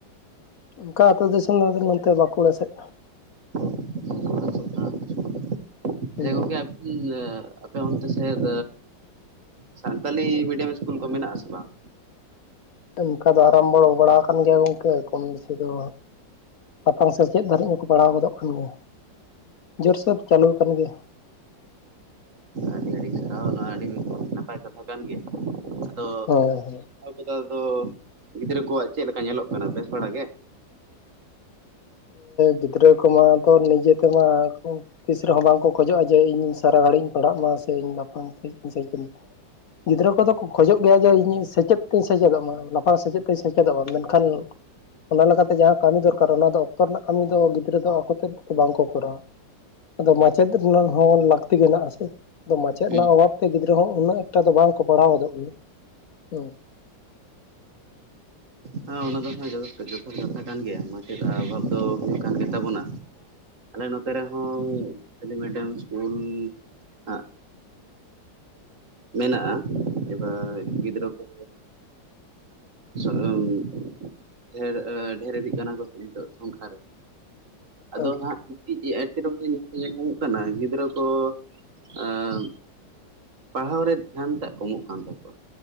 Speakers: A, on the left; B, on the right.
A: ᱚᱱᱠᱟ ᱟᱛᱳ ᱫᱤᱥᱚᱢ <inaudible> ᱵᱟᱠᱩᱲᱟ ᱥᱮᱫ
B: <inaudible> <unintelligible>
A: ᱦᱩᱸ
B: ᱟᱯᱮ ᱚᱱᱛᱮ ᱥᱮᱫ ᱥᱟᱱᱛᱟᱞᱤ ᱢᱤᱰᱤᱭᱟᱢ ᱤᱥᱠᱩᱞ ᱠᱚ ᱢᱮᱱᱟᱜ ᱟᱥᱮ ᱵᱟᱝ
A: ᱚᱱᱠᱟ ᱫᱚ ᱟᱨᱟᱢᱵᱷᱚ ᱵᱟᱲᱟ ᱟᱠᱟᱱ ᱜᱮᱭᱟ ᱜᱚᱝᱠᱮ ᱠᱚᱢ ᱵᱮᱥᱤ ᱫᱚ, ᱞᱟᱯᱟᱝ ᱥᱮ ᱪᱮᱫ ᱫᱷᱟᱹᱨᱤᱡ ᱦᱚᱸᱠᱚ ᱯᱟᱲᱟᱣ ᱜᱚᱫᱚᱜ ᱠᱟᱱ ᱜᱮᱭᱟ, <unintelligible> ᱥᱳᱨ ᱪᱟᱹᱞᱩᱣᱟ ᱟᱠᱟᱱ ᱜᱮᱭᱟ᱾
B: ᱟᱹᱰᱤ ᱟᱹᱰᱤ ᱥᱟᱨᱦᱟᱣ ᱱᱚᱣᱟ ᱟᱹᱰᱤ ᱱᱟᱯᱟᱭ ᱠᱟᱛᱷᱟ ᱠᱟᱱ ᱜᱮᱭᱟ᱾ ᱟᱫᱚ
A: ᱦᱮᱸ ᱦᱮᱸ
B: <unintelligible> ᱫᱚ ᱜᱤᱫᱽᱨᱟᱹ ᱠᱚᱣᱟᱜ ᱪᱮᱫ ᱞᱮᱠᱟ ᱧᱮᱞᱚᱜ ᱠᱟᱱᱟ ᱵᱮᱥ ᱵᱟᱲᱟ ᱜᱮ,
A: ᱜᱤᱫᱽᱨᱟᱹ ᱠᱚᱢᱟ ᱛᱚ ᱱᱤᱡᱮ ᱛᱮᱢᱟ ᱛᱤᱥ ᱨᱮᱦᱚᱸ ᱵᱟᱝᱠᱚ ᱠᱷᱚᱡᱚᱜᱼᱟ ᱡᱮ, ᱤᱧ ᱥᱟᱨᱟ ᱜᱷᱟᱹᱲᱤᱡ ᱤᱧ ᱯᱟᱲᱦᱟᱜ ᱢᱟ ᱥᱮ ᱤᱧ ᱵᱟ ᱥᱟᱭᱠᱮᱞ <unintelligible> ᱜᱤᱫᱽᱨᱟᱹ ᱠᱚᱫᱚ ᱠᱚ ᱠᱷᱚᱡᱚᱜ ᱜᱮᱭᱟ ᱡᱮ ᱤᱧ ᱥᱮᱪᱮᱫ ᱛᱤᱧ ᱥᱮᱪᱮᱫᱚᱜ ᱢᱟ ᱞᱟᱯᱷᱟᱝ ᱥᱮᱪᱮᱫ ᱛᱤᱧ ᱥᱮᱪᱮᱫᱚᱜ ᱢᱟ, ᱢᱮᱱᱠᱷᱟᱱ ᱚᱱᱟ ᱞᱮᱠᱟᱛᱮ ᱡᱟᱦᱟᱸ ᱠᱟᱹᱢᱤ ᱫᱚᱨᱠᱟᱨ ᱚᱱᱟ ᱫᱚ ᱚᱠᱛᱚ ᱨᱮᱱᱟᱜ ᱠᱟᱹᱢᱤ ᱫᱚ ᱜᱤᱫᱽᱨᱟᱹ ᱫᱚ ᱟᱠᱚᱛᱮᱫ ᱵᱟᱝ ᱠᱚ ᱠᱚᱨᱟᱣ-ᱟ, ᱟᱫᱚ ᱢᱟᱪᱮᱫ ᱨᱮᱱᱟᱜ ᱦᱚᱸ ᱞᱟᱹᱠᱛᱤ ᱢᱮᱱᱟᱜᱼᱟ ᱟᱥᱮ ᱟᱫᱚ ᱢᱟᱪᱮᱫ
B: ᱦᱩᱸ
A: ᱨᱮᱱᱟᱜ ᱚᱵᱷᱟᱵᱽ ᱛᱮ ᱜᱤᱫᱽᱨᱟᱹ ᱦᱚᱸ ᱩᱱᱟᱹᱜ ᱮᱠᱴᱟ ᱫᱚ ᱵᱟᱝᱠᱚ ᱯᱟᱲᱦᱟᱣ ᱜᱚᱫᱚᱜ ᱜᱮᱭᱟ ᱾ᱦᱩᱸ
B: ᱦᱸ <unintelligible> ᱦᱮᱸ ᱚᱱᱟ ᱫᱚ ᱦᱮᱸ ᱡᱚᱛᱷᱟᱛ ᱠᱟᱛᱷᱟ ᱠᱟᱱ ᱜᱮᱭᱟ, ᱢᱟᱪᱮᱫ ᱚᱵᱷᱟᱵᱽ ᱫᱚ ᱦᱩᱭᱩᱜ ᱠᱟᱱ ᱜᱮ ᱛᱟᱵᱚᱱᱟ᱾ ᱟᱞᱮ ᱱᱚᱛᱮ ᱨᱮᱦᱚᱸ ᱥᱟᱱᱛᱟᱞᱤ ᱢᱤᱰᱤᱭᱟᱢ ᱥᱠᱩᱞ ᱦᱟᱸᱜ ᱢᱮᱱᱟᱜᱼᱟ, ᱮᱵᱟᱨ ᱜᱤᱫᱽᱨᱟᱹ ᱠᱚ <inaudible> ᱰᱷᱮᱨ ᱰᱷᱮᱨ ᱤᱫᱤᱜ ᱠᱟᱱᱟ ᱠᱚ ᱱᱤᱛᱚᱜ ᱥᱚᱝᱠᱷᱟ ᱨᱮ ᱟᱫᱚ
A: ᱟᱪᱪᱷᱟ
B: ᱦᱟᱸᱜ ᱢᱤᱫᱴᱤᱡ ᱨᱮ ᱧᱮᱞ ᱧᱟᱢᱚᱜ ᱠᱟᱱᱟ ᱜᱤᱫᱽᱨᱟᱹ ᱠᱚ ᱟᱸ ᱯᱟᱲᱦᱟᱣ ᱨᱮ ᱫᱷᱮᱭᱟᱱ ᱴᱟᱜ ᱠᱚᱢᱚᱜ ᱠᱟᱱ ᱛᱟᱠᱚᱣᱟ,